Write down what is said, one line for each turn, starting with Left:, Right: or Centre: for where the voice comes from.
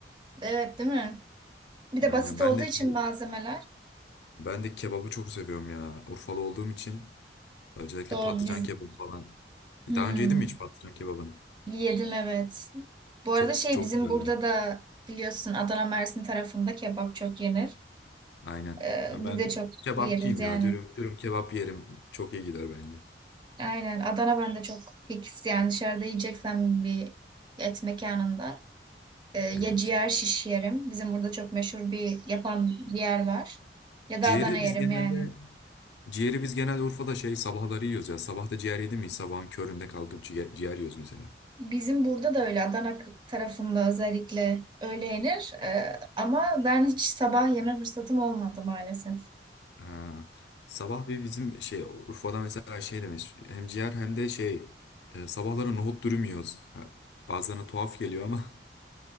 Right: Evet, değil mi? Bir de
Left: Aynen
Right: basit
Left: ben
Right: olduğu
Left: de
Right: için
Left: şey,
Right: malzemeler.
Left: ben de kebabı çok seviyorum ya. Urfalı olduğum için özellikle
Right: Doğru
Left: patlıcan
Right: biz.
Left: kebabı falan.
Right: Hmm.
Left: E, Daha önce yedin mi hiç patlıcan kebabını?
Right: Yedim evet. Bu arada
Left: Çok
Right: şey
Left: çok
Right: bizim
Left: güzel
Right: burada
Left: bence.
Right: da biliyorsun Adana Mersin tarafında kebap çok yenir.
Left: Aynen.
Right: Ee,
Left: Ya
Right: biz
Left: ben
Right: de çok
Left: kebapçıyım
Right: yeriz yani.
Left: ya. Dürüm, dürüm kebap yerim. Çok iyi gider bence.
Right: Aynen Adana ben de çok fix yani dışarıda yiyeceksem bir et mekanında e, ya
Left: Evet.
Right: ciğer şiş yerim. Bizim burada çok meşhur bir yapan bir yer var. Ya
Left: Ciğeri
Right: da Adana yerim
Left: biz genelde
Right: yani.
Left: ciğeri biz genelde Urfa'da şey sabahları yiyoruz ya. Sabah da ciğer yedin mi? Sabahın köründe kalkıp ciğer, ciğer yiyoruz mesela.
Right: Bizim burada da öyle Adana k- tarafında özellikle öyle yenir. Ee, ama ben hiç sabah yeme fırsatım olmadı maalesef.
Left: Ha. Sabah bir bizim şey Urfa'da mesela şey demiş hem ciğer hem de şey e, sabahları nohut dürüm yiyoruz. Ha, bazılarına tuhaf geliyor ama <laughs>